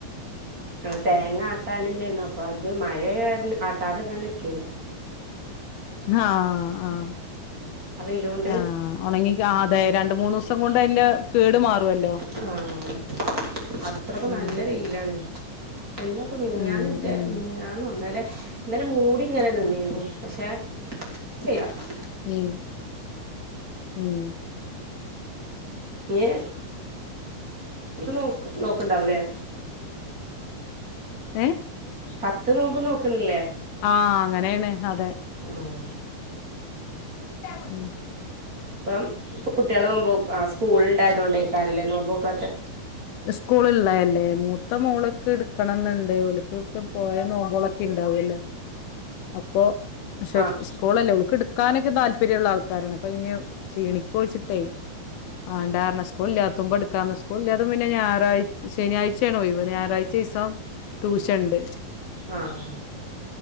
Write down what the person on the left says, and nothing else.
ആഹ് ആഹ്
ആഹ് ഉണങ്ങികാ അതേ രണ്ട് മൂന്ന്സ് സം കൊണ്ട് അയിന്റെ കേടു മാറുവല്ലോ
ഉം
ഉം ഉം
ഉം ഉം
ഏ
ആഹ് അങ്ങനേണ് അതെ
ഉം
സ്കൂള്ഇള്ളല്ലേ മൂത്ത മോള്ക്ക് ഇടുക്കണംന്ന്ണ്ട് ഓല്ക്ക്ക്കെ പോയ നോമ്പുകളൊക്കെ ഇണ്ടാവല്ലേ അപ്പൊ പഷേ
സ്കൂളല്ലെ ഓക്ക് എടുക്കാനൊക്കെ താൽ പര്യള്ള ആൾക്കാരാണ് അപ്പൊ ഇനി ഷീണിക്കോച്ചിട്ടേ ആഹ് വാണ്ടർഞ്ഞ സ്‌കൂൾ ഇല്ലാത്തുമ്പം എട് ക്കാന്ന് സ്കൂൾല്ലാ പിന്നെ ഞാറാഴ് ശനിയാഴ്ചയാണൊഴിവ് ഞായറാഴ്ച ഈസം ടുഷൻണ്ട്